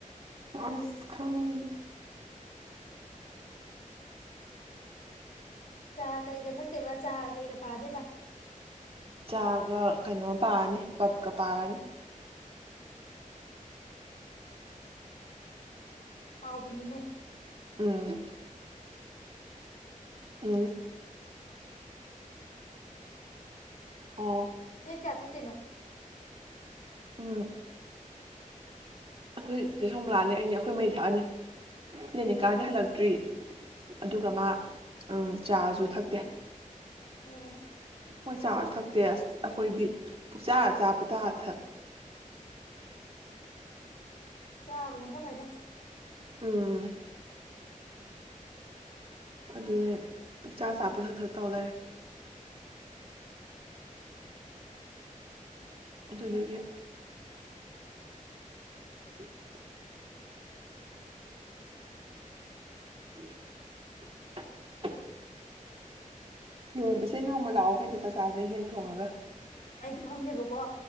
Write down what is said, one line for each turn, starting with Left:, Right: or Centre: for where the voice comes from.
Right: ꯑꯁ ꯈꯪ
Left: ꯆꯥ ꯀꯩꯒ ꯊꯛꯇꯦꯕ ꯆꯥ ꯀꯩꯒ ꯄꯥꯗꯦꯕ
Right: ꯆꯥꯒ ꯀꯩꯅꯣ ꯄꯥꯔꯅꯤ ꯄꯞꯀ ꯄꯥꯔꯅꯤ
Left: ꯍꯥꯎ ꯄꯅꯤꯅꯦ
Right: ꯎꯝ ꯎꯝ ꯑꯣ
Left: ꯅ ꯀꯌꯥꯊ ꯇꯅꯣ
Right: ꯎꯝ ꯑꯩꯈꯣꯏ ꯁ ꯁꯣꯝꯂꯥꯅꯦ ꯑꯩꯅꯦ ꯑꯩꯈꯣꯏ ꯃꯩ ꯊꯥꯛꯑꯅꯤ ꯀ꯭ꯂꯤꯅꯤꯀꯥꯗꯤ
Left: ꯑꯣ
Right: ꯍꯜꯂꯛꯇ꯭ꯔꯤ ꯑꯗꯨꯒ ꯃꯥ ꯆꯥꯁꯨ ꯊꯛꯇꯦ
Left: ꯑꯣ
Right: ꯃꯣꯏ ꯆꯥꯁꯨ ꯊꯛꯇꯦ ꯑꯁ ꯑꯩꯈꯣꯏꯗꯤ ꯄꯨꯛꯆꯥꯥ ꯆꯥ ꯄꯨꯣꯊꯔ ꯊꯛ
Left: ꯆꯥꯕꯗꯝ ꯐ ꯐꯥꯏꯗ
Right: ꯎꯝ ꯑꯗꯨꯅꯦ ꯆꯥ ꯆꯥ ꯄꯨꯊꯛ ꯊꯛ ꯇꯧ ꯂꯩꯔꯦ ꯑꯗꯨꯖꯒ <unintelligible> <inaudible> ꯅꯣꯡꯃꯁꯦ ꯅꯣꯡꯃ ꯂꯥꯛꯑꯣ ꯑꯩꯈꯣꯏꯅ ꯆꯥꯛꯆꯥꯥꯁꯦ ꯍꯦꯟ ꯊꯣꯡꯉꯒ
Left: ꯑꯩꯗꯤ ꯈꯪꯗꯦꯕꯀꯣ